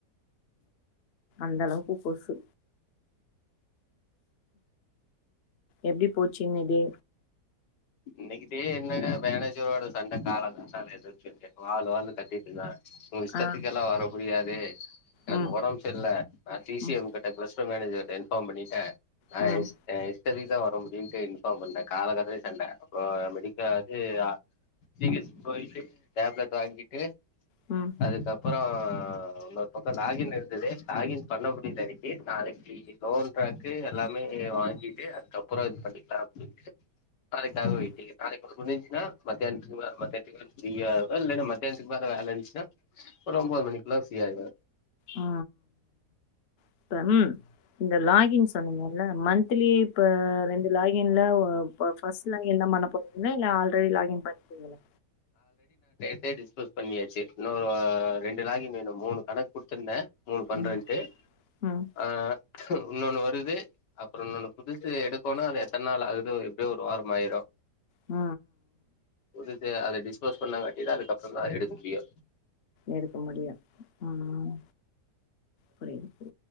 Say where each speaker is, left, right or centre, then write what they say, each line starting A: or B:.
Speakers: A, on the left (about 55°); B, on the left (about 80°).
A: அந்தளவுக்கு கொசு எப்டி போச்சு இன்ன டே
B: இன்னைக்கு தே என்னங்க மேனேஜரோட சண்ட காலங்காத்தால எந்திரிச்ச ஒட்னே வால் வால்னு‌ கத்திட்ருந்தாங்க உ இஷ்டத்துக்கெல்லா
A: ஆ
B: வர முடியாது வேத் எனக்கு
A: ம்
B: ஒடம் சரில்ல நா தீசிய
A: ம்
B: உங்கிட்ட பேஸ் த மேனேஜர்ட இன்ஃபார்ம் பண்ணிட்ட ஆ
A: ம்
B: யெஸ் யெஸ் தேதிக்கு தா வர முடியுன்ட்டு இன்ஃபார்ம் பண்ண காலங்காத்தால சண்ட மெடிக்க அது ஜீ ஹச் போயிட்டு டேப்லெட் வாங்கிட்டு
A: ம்
B: அதுக்கப் அப்புறோ இன்னொரு பக்கோ லாகின் இருந்தது லாகின் பண்ண முடில அன்னிக்கி நாளைக்கி லோன்ட்ராக்கு எல்லாமே வாங்கிட்டு அதுக்கப்புறோ இது பண்ணிக்கலா அப்டின்ட்டு காக
A: ம்
B: வெய்ட்டிங் நாளைக் புடிஞ்சின்னா மத்தியான்த்துக்கு மே மத்தியான்த்துக்கு மேல ஃப்ரீயாருப்ப இல்லன்னா மத்தியான்த்துக்கு மேல வேல இருஞ்ச்சின்னா ஒரு ஒம்போது மணிக்குள்ள ஃப்ரீயாய்டுவ
A: அ இப்பம் இந்த லாகின் சொன்னீங்கல்ல மன்ந்த் த்லி இப்ப ரெண்டு லாகின் இல்ல ஒ ப ஃபஸ்ட்ல எல்லாம் பண்ண போறனே இல்ல ஆள் தோழி லாகின் பண்டீங்களா
B: டே டிஸ்போஸ் பண்ணியாச்சி இன்னொரு ரெண்டு லாகின்னு வேணு மூணு கணக் குடுத்துருந்த மூணு பண்ரெண்டு
A: ம். ம்.
B: அ இன்னொன்னு வருது அப்புறோ இன்னொன்னு புதுசு எடுக்கோனா அது எத்தன் நாள் ஆகுது எப்டியோ ஒரு வாரமாயிரோ
A: அ
B: இருந்ச்சி அத டிஸ்போஸ் பண்ணாங்காட்டிதா அதுக்கப்புறோ தா எடுக்க முடியு
A: எடுக்க முடியு ம் புரில